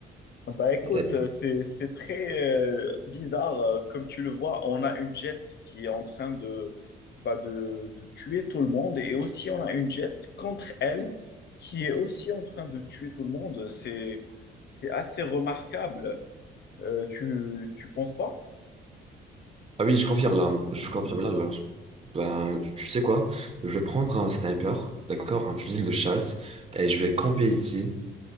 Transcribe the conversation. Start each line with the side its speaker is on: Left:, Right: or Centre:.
Left: Ah Bah écoute,
Right: Euh,
Left: euh, c'est c'est très euh, bizarre. euh, Comme tu le vois, on a une jet qui est en train de, bah, de, de tuer tout le monde et aussi on a une jet contre elle qui est aussi en train de tuer tout le monde. C'est c'est assez remarquable. Euh, tu, tu penses pas?
Right: Ah oui, je confirme là. Je confirme là. là. Ben, tu sais quoi? Je vais prendre un sniper, d'accord, un fusil de chasse, et je vais camper ici.